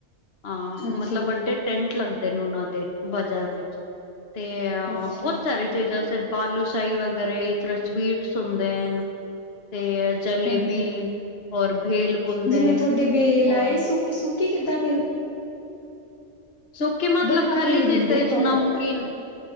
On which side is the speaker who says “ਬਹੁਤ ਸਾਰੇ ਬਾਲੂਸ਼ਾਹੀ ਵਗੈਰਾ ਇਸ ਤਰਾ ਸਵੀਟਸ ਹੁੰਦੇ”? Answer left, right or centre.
Left